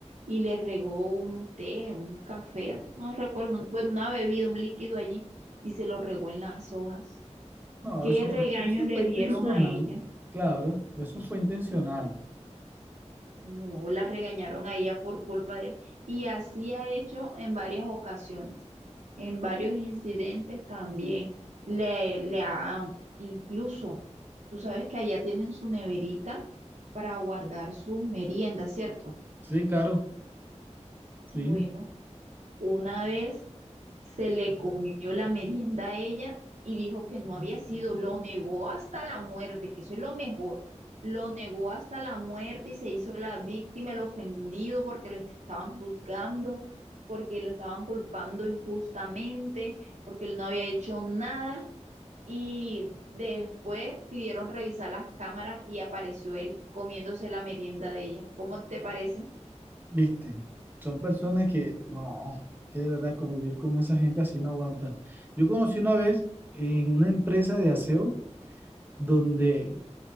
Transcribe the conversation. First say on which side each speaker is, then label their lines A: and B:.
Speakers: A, on the right; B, on the right.
A: y le regó un té, un café, no recuerdo, un- bueno, una bebida, un líquido allí, y se lo regó en las hojas.
B: No,
A: ¿Qué
B: eso
A: regaño
B: fue, eso
A: le
B: fue
A: dieron
B: intencional.
A: a ella?
B: Claro, eso fue intencional.
A: No, la regañaron a ella por culpa de él. Y así ha hecho en varias ocasiones, en varios incidentes también. Le, le ha, incluso, tú sabes que allá tienen su neverita para guardar sus meriendas, ¿cierto?
B: Sí, claro, sí,
A: Bueno, una vez se le comió la merienda a ella y dijo que no había sido, lo negó hasta la muerte, que eso es lo mejor. Lo negó hasta la muerte y se hizo la víctima, el ofendido porque lo estaban juzgando, porque lo estaban culpando injustamente, porque él no había hecho nada. Y después pidieron revisar las cámaras y apareció él comiéndose la merienda de ella. ¿Cómo te parece?
B: viste. Son personas que, no, que de verdad convivir con esa gente así no aguanta. Yo conocí una vez en una empresa de aseo donde